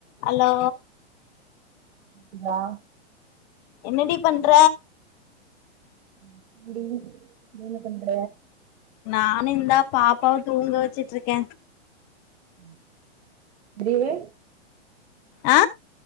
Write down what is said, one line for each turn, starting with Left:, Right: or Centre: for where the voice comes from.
Left: ஹலோ
Right: கேக்குதா
Left: என்னடி பண்ற
Right: <inaudible> நீ என்ன பண்ற
Left: நானு இந்தா பாப்பாவ தூங்க வச்சுட்ருக்கே
Right: ம் அடியே
Left: ஆ